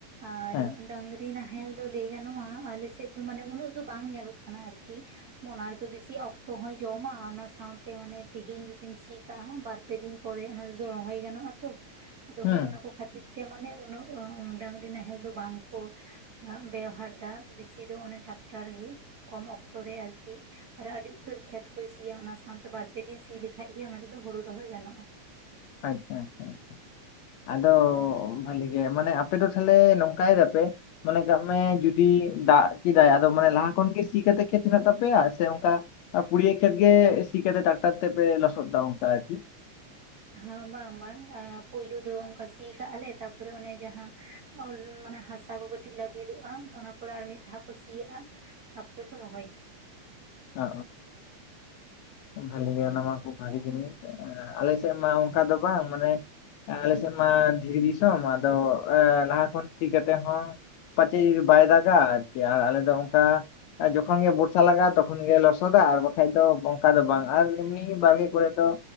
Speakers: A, on the right; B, on the left.
A: ᱟᱨ
B: ᱦᱮᱸ
A: ᱰᱟᱝᱨᱤ ᱱᱟᱦᱮᱞ ᱜᱟᱱᱚᱜᱼᱟ ᱟᱞᱮ ᱥᱮᱫ ᱫᱚ ᱢᱟᱱᱮ ᱩᱱᱟᱹᱜ ᱫᱚ ᱵᱟᱝ ᱧᱮᱞᱚᱜ ᱠᱟᱱᱟ ᱟᱨᱠᱤ ᱚᱱᱟ ᱨᱮᱛᱚ ᱵᱮᱥᱤ ᱚᱠᱛᱚ ᱦᱚᱸᱭ ᱡᱚᱢᱟ ᱚᱱᱟ ᱥᱟᱶᱛᱮ ᱢᱟᱱᱮ ᱛᱮᱦᱤᱧ ᱡᱩᱫᱤᱢ ᱥᱤ ᱠᱟᱜᱼᱟ ᱵᱟᱨ ᱯᱮ ᱫᱤᱱ ᱯᱚᱨᱮ ᱚᱱᱟ ᱨᱮᱫᱚ ᱨᱚᱦᱚᱭ ᱜᱟᱱᱚᱜᱼᱟ ᱛᱚ ᱟᱫᱚ
B: ᱦᱮᱸ
A: ᱱᱟ ᱠᱚ ᱠᱷᱟᱹᱛᱤᱨ ᱛᱮ ᱢᱟᱱᱮ ᱩᱱᱟᱹᱜ ᱰᱟᱝᱨᱤ ᱱᱟᱦᱮᱞ ᱫᱚ ᱵᱟᱝ ᱠᱚ ᱵᱮᱣᱦᱟᱨ ᱫᱟ ᱵᱮᱥᱤ ᱫᱚ ᱚᱱᱮ ᱴᱟᱠᱴᱟᱨ ᱜᱮ ᱠᱚᱢ ᱚᱠᱛᱚᱨᱮ ᱟᱨᱠᱤ ᱟᱨ ᱟᱹᱰᱤ ᱩᱛᱟᱹᱨ ᱠᱷᱮᱛ ᱠᱚᱭ ᱥᱤᱭᱟ ᱚᱱᱟ ᱥᱟᱶᱛᱮ ᱵᱟᱨ ᱯᱮ ᱫᱤᱱ ᱥᱤ ᱞᱮᱠᱷᱟᱡ ᱜᱮ ᱚᱱᱟ ᱨᱮᱫᱚ ᱦᱳᱲᱳ ᱨᱚᱦᱚᱭ ᱜᱟᱱᱚᱜᱼᱟ᱾
B: ᱟᱪᱪᱷᱟ ᱟᱪᱪᱷᱟ ᱟᱪᱪᱷᱟ ᱟᱫᱚ ᱵᱷᱟᱹᱞᱤ ᱜᱮ ᱢᱟᱱᱮ ᱟᱯᱮ ᱫᱚ ᱛᱟᱦᱞᱮ ᱱᱚᱝᱠᱟᱭ ᱫᱟᱯᱮ ᱢᱚᱱᱮ ᱠᱟᱜ ᱢᱮ ᱡᱩᱫᱤ ᱫᱟᱜ ᱠᱮᱫᱟᱭ ᱟᱫᱚ ᱢᱟᱱᱮ ᱞᱟᱦᱟ ᱠᱷᱚᱱᱜᱮ ᱥᱤ ᱠᱟᱛᱮ ᱠᱷᱮᱛ ᱦᱮᱱᱟᱜ ᱛᱟᱯᱮᱭᱟ ᱥᱮ ᱚᱱᱠᱟ ᱟᱨ ᱯᱩᱲᱭᱟᱹ ᱠᱷᱮᱛ ᱜᱮ ᱥᱤ ᱠᱟᱛᱮ ᱴᱟᱠᱴᱟᱨ ᱛᱮ ᱯᱮ ᱞᱚᱥᱚᱫ ᱟᱨᱠᱤ
A: ᱦᱮᱸ ᱵᱟᱝ ᱵᱟᱝ ᱯᱳᱭᱞᱩ ᱫᱚ ᱚᱱᱠᱟ ᱥᱤ ᱠᱟᱜᱼᱟ ᱞᱮ ᱛᱟᱯᱚᱨᱮ ᱚᱱᱮ ᱡᱟᱦᱟᱸ <inaudible> ᱦᱟᱥᱟ ᱠᱚ ᱠᱟᱹᱴᱤᱡ ᱞᱟᱹᱵᱤᱫᱚᱜᱼᱟ ᱚᱱᱟ ᱯᱚᱨᱮ ᱟᱨ ᱢᱤᱫ ᱫᱷᱟᱣ ᱠᱚ ᱥᱤᱭᱟᱜᱼᱟ ᱛᱟ ᱯᱚᱨᱮ ᱠᱚ ᱨᱚᱦᱚᱭ
B: ᱚ ᱚ <inaudible> ᱵᱷᱟᱞᱤ ᱜᱮ ᱚᱱᱟᱢᱟ ᱠᱷᱩᱯ ᱵᱷᱟᱜᱮ ᱡᱤᱱᱤᱥ <inaudible> ᱟᱞᱮ ᱥᱮᱫ ᱢᱟ ᱚᱱᱠᱟ ᱫᱚ ᱵᱟᱝ ᱢᱟᱱᱮ ᱟᱞᱮᱥᱮᱫ ᱢᱟ ᱫᱷᱤᱨᱤ ᱫᱤᱥᱚᱢ ᱟᱫᱚ ᱞᱟᱦᱟ ᱠᱷᱚᱱ ᱥᱤ ᱠᱟᱛᱮ ᱦᱚᱸ ᱯᱟᱪᱮ ᱡᱩᱫᱤ ᱵᱟᱭ ᱫᱟᱜᱼᱟ ᱟᱨᱠᱤ ᱟᱨ ᱟᱞᱮ ᱫᱚ ᱚᱱᱠᱟ ᱡᱚᱠᱷᱚᱱ ᱜᱮ ᱵᱚᱨᱥᱟ ᱞᱟᱜᱟᱜᱼᱟ ᱛᱚᱠᱷᱚᱱ ᱜᱮ ᱞᱚᱥᱚᱫ ᱫᱟ ᱟᱨ ᱵᱟᱠᱷᱟᱡ ᱫᱚ ᱚᱱᱠᱟ ᱫᱚ ᱵᱟᱝ ᱟᱨ ᱮᱢᱱᱤ ᱵᱟᱨᱜᱮ ᱠᱚᱨᱮ ᱫᱚ